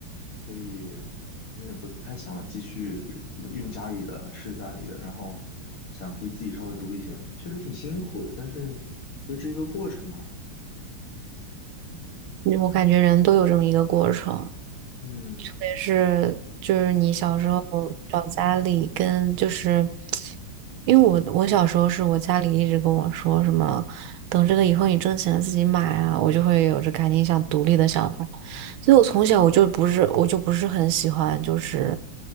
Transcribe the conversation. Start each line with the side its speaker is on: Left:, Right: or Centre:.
Left: 所以有点不不太想继续用家里的吃家里的，然后想可以自己稍微读一些，确实挺辛苦的，但是觉得这是一个过程吧，
Right: 嗯我感觉人都有这么一个过程。
Left: 嗯，
Right: 特别是就是你小时候找家里跟就是，因为我我小时候是我家里一直跟我说什么，等这个以后你挣钱了自己买啊，我就会有着赶紧想独立的想法，所以我从小我就不是我就不是很喜欢就是